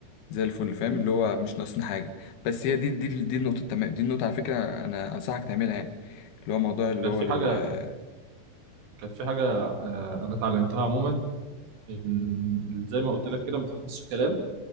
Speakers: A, on the left; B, on the right.
A: زي الفل فاهم
B: أيوة.
A: اللي هو مش ناقصنا حاجة بس هي دي دي دي النقطة تمام دي النقطة على فكرة انا انصحك تعملها يعني اللي هو موضوع اللي
B: كانت
A: هو
B: في
A: ال-
B: حاجة كانت في حاجة آه، أنا اتعلمتها عموما إن زي ما قلت لك كده ما تحفظش كلام